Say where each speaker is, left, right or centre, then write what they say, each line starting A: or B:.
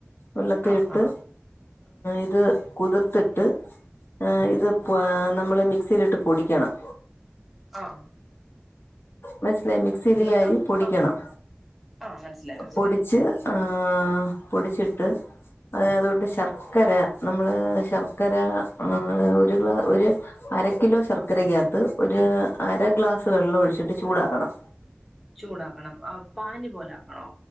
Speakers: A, on the left (about 60°); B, in the centre.
A: വെള്ളത്തി
B: ആ
A: ഇട്ട്
B: ആ
A: ഇത് കുതിർത്തിട്ട് ആഹ് ഇത് ആഹ് നമ്മള് മിക്സിയിലിട്ട് പൊടിക്കണം.
B: ആഹ്
A: മൻസിലായി. മിക്സിൽ
B: എന്നിട്ടോ
A: അരി പൊടിക്കണം.
B: ആ ആ മനസ്സിലായി മനസ്സിലായി
A: പൊടിച്ച് ആഹ് പൊടിച്ചിട്ട് അതിനകതൊട്ട് ശർക്കര നമ്മള് ശർക്കര ഒരു ഗ്ലാ ഒരു അര കിലോ ശർക്കരയ്ക്കകത്ത് ഒരു അര ഗ്ലാസ് വെള്ളം ഒഴിച്ചിട്ട് ചൂടാക്കണം.
B: ചൂടാക്കണം ആഹ് പാനി പോലെ ആക്കണോ?